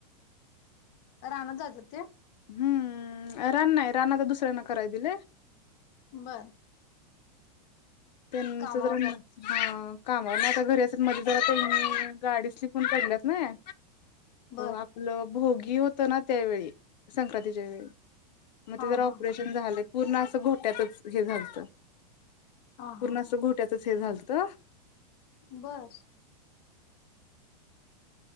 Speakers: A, on the left (about 40°); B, on the left (about 85°).
A: रानात जात्यात काय?
B: हम्म रान नाही रान आता दुसऱ्यांना कराय दिलय.
A: बर.
B: <unintelligible>
A: कामावर जात
B: कामावर नाही आता घरी असेत्यात मध्ये जरा ते गाडी स्लिप होऊन पडल्यात नाई अ
A: बर.
B: आपलं भोगी होत ना त्यावेळी संक्रांतीच्या वेळी मग
A: हा
B: ते जरा
A: हा
B: ऑपरेशन
A: हा
B: झालं. पूर्ण असं घोट्यातच हे झालत
A: हा
B: पूर्ण
A: हा
B: असं घोट्यातच हे झालतं तर.
A: बस.